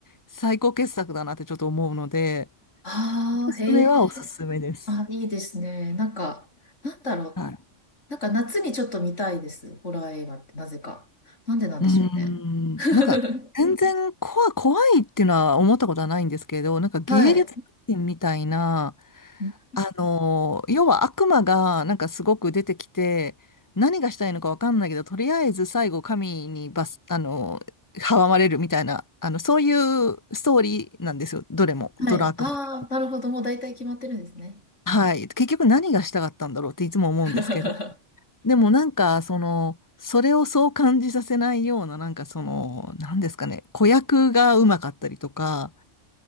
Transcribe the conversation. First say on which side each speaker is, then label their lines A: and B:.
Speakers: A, on the left (about 15°); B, on the left (about 70°).
A: 最高傑作だなってちょっと思うので、
B: ああ、
A: それはおすすめです。
B: へえ。あ、いいですね。なんか、なんだろう。
A: はい。
B: なんか夏にちょっと見たいです。ホラー映画って、なぜか。なんでなんでしょうね。
A: うーん、
B: <laughs>
A: なんか、全然怖、怖いっていうのは思ったことはないんですけど、なんか芸術品みたいな、
B: はい。ん
A: あのー要は悪魔がなんかすごく出てきて何がしたいのかわかんないけどとりあえず最後神にバス、あのー阻まれるみたいなあのそういうストーリーなんですよどれもどの悪魔映画も。
B: はい。ああ、なるほど。もう大体決まってるんですね。
A: はい、結局何がしたかったんだろうっていつも思うんですけど
B: <laughs>
A: でもなんかそのそれをそう感じさせないようななんかその何ですかね子役がうまかったりとか